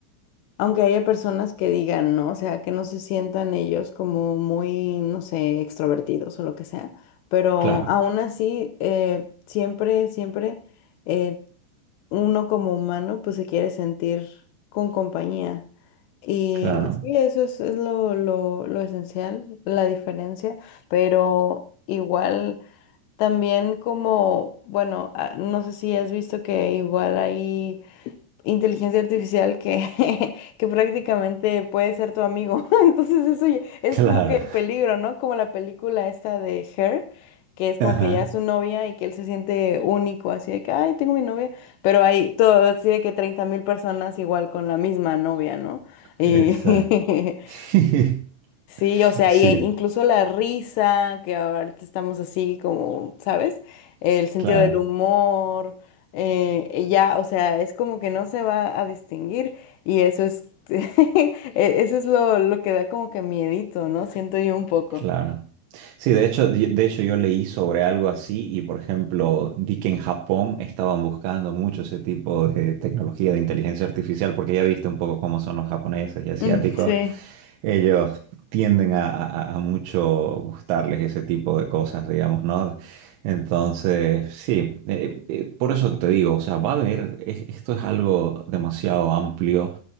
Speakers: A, on the left; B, on the right.
A: aunque haya personas que digan, ¿no? O sea, que no se sientan ellos como muy, no sé, extrovertidos o lo que sea, pero
B: Claro.
A: aún así, eh, siempre, siempre... eh, uno como humano pues se quiere sentir con compañía. Y,
B: Claro.
A: Sí. y sí, eso es, es lo, lo, lo esencial, la diferencia, pero igual también como, bueno, ah, no sé si has visto que igual hay inteligencia artificial que, <laughs> que prácticamente puede ser tu amigo. <laughs> Entonces eso ya- es
B: Claro.
A: como que el peligro, ¿no? Como la película esta de Her, que es como
B: <laughs> Ajá,
A: que ya es su novia y que él se siente único, así de que, ay, tengo mi novia, pero hay todo, así de que 30 mil personas igual con la misma novia, ¿no? Y,
B: exacto. <laughs>
A: <laughs> Sí, o sea,
B: Sí,
A: y incluso la risa, que ahorita estamos así como, ¿sabes? El sentido
B: Claro,
A: del humor, eh, ya, o sea, es como que no se va a distinguir y eso es, <laughs> e- eso es lo, lo que da como que miedito, ¿no? Siento yo un poco.
B: claro. Sí, de hecho, di- de hecho yo leí sobre algo así y, por ejemplo, vi que en Japón estaban buscando mucho ese tipo de tecnología de inteligencia artificial porque ya viste un poco cómo son los japoneses y asiáticos
A: Mm, sí,
B: ellos tienden a, a- a mucho gustarles ese tipo de cosas, digamos, ¿no? Entonces, sí, eh, eh, por eso te digo, o sea, va a haber, es- esto es algo demasiado amplio